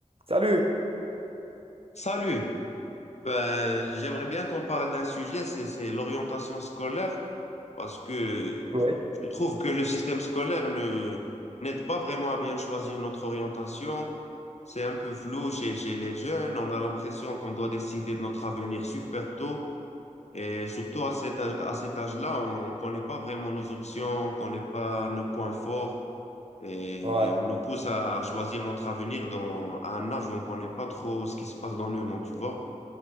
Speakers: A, on the right; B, on the left.
A: Salut!
B: Salut, Euh, j'aimerais bien qu'on parle d'un sujet, c'est, c'est l'orientation scolaire, parce que
A: Ouais.
B: je trouve que le système scolaire ne n'aide pas vraiment à bien choisir notre orientation. C'est un peu flou chez, chez les jeunes, on a l'impression qu'on doit décider de notre avenir super tôt, et surtout à cet, âge- à cet âge-là, on connaît pas vraiment nos options, on connaît pas nos points forts. Et
A: Ouais.
B: on nous pousse à choisir notre avenir dans, à un âge où on ne connaît pas trop ce qui se passe dans le monde, tu vois.